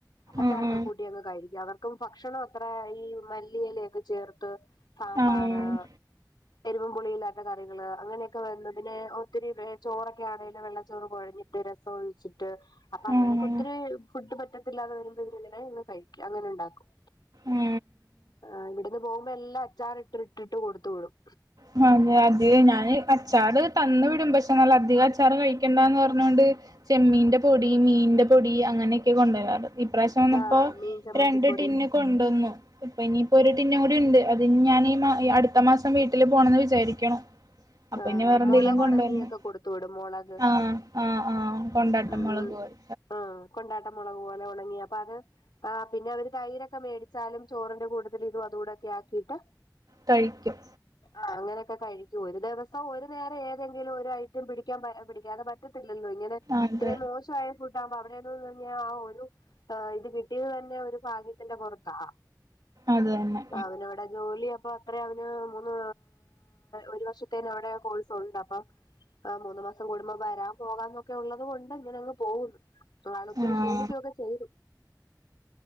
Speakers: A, on the left; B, on the right.
A: അച്ചാറൊക്കെ
B: ആഹ്
A: കൂട്ടിയൊക്കെ കഴിക്കും അവർക്കും ഭക്ഷണം അത്ര ഈ മല്ലിയില ഒക്കെ ചേർത്ത് ത്ത് സാമ്പാറ്
B: ആഹ് ആഹ്
A: എരിവും പുളിയില്ലാത്ത കറികള് അങ്ങനെയൊക്കെ വന്നു പിന്നെ ഒത്തിരി ചോറൊക്കെ ആണേലും വെള്ളച്ചോറ് കൊഴഞ്ഞ് രസം ഒഴിച്ചിട്ട് അപ്പൊ
B: ആഹ്
A: അങ്ങനൊക്കെ ഒത്തിരി ഫുഡ് പറ്റത്തില്ലാതെ വരുമ്പോ ഇവരിങ്ങനെ ഇരുന്നു കഴിക്കും അങ്ങനെ ഉണ്ടാക്കും
B: മ്മ്
A: ആഹ് ഇവിടുന്ന് പോകുമ്പോ എല്ലാം അച്ചാറിട്ട് ഇട്ടിട്ട് കൊടുത്തു വിടും
B: അഹ് അതെ അധികം ഞാന് അച്ചാറ് തന്ന് വിടും പക്ഷെ നല്ല അധികം അച്ചാറ് കഴിക്കണ്ടാന്ന് പറഞ്ഞോണ്ട് ചെമ്മീന്റെ പൊടി മീന്റെ പൊടി അങ്ങനെയൊക്കെ കൊണ്ടുവരാറ് ഇപ്രാവിശ്യം വന്നപ്പോ
A: ആഹ് മീൻ ചമ്മന്തിപ്പൊടി
B: രണ്ട് ടിന്ന് കൊണ്ടുവന്നു ഇപ്പൊ ഇനിയിപ്പൊ ഒരു ടിന്ന് കൂടി ഉണ്ട് അതിനി ഞാൻ ഈ മാ അടുത്ത മാസം വീട്ടില് പോണം ന്ന് വിചാരിക്കണു അപ്പൊ
A: ആഹ്
B: ഇനി വേറെന്തെലും
A: മുളക്
B: കൊണ്ടുവരണം
A: ഉണങ്ങിയൊക്കെ കൊടുത്തു വിടും മുളക്
B: ആഹ് ആഹ് ആഹ് കൊണ്ടാട്ടം
A: ഉം
B: മുളക് പോലെ
A: ആഹ് കൊണ്ടാട്ടം മുളക് പോലെ ഉണങ്ങി അപ്പൊ അത് ആഹ് പിന്നെ അവര് തൈരൊക്കെ മേടിച്ചാലും ചോറിന്റെ കൂട്ടത്തിൽ ഇതും അതുകൂടെക്കെ ആക്കിയിട്ട്
B: തയിക്കും
A: ആഹ് അങ്ങനൊക്കെ കഴിക്കൂ ഒരു നേരം ഒരു നേരം ഏതെങ്കിലും ഒരു ഐറ്റം പിടിക്കാൻ എഹ് പിടിക്കാതെ പറ്റത്തില്ലല്ലോ ഇങ്ങനെ
B: അതെ
A: ഇത്രയും മോശ് ശായ ഫുഡ് ആവുമ്പൊ അവിടെയെന്നും ഇഹ് ഞാ ആ ഒരു ആഹ് ഇത് കിട്ടിയത് തന്നെ ഒരു ഭാഗ്യത്തിന്റെ പൊറത്താ
B: അത് തന്നെ
A: അവനവിടെ ജോലി അപ്പ അത്രെ അവന് മൂന്ന് ഒരു വർഷ ത്തിനവിടെ ആ കോഴ്സ് ഉണ്ട് അപ്പൊ ആ മൂന്ന് മാസം കൂടുമ്പോ വരാം പോകാന്നൊക്കെ ഉള്ളത് കൊണ്ട് അങ്ങനെ അങ്ങ് പോവുന്നു ഒ ആള് ഒത്തിരി
B: ആഹ്
A: ക്ഷീണിക്കൊക്കെ ചെയ്തു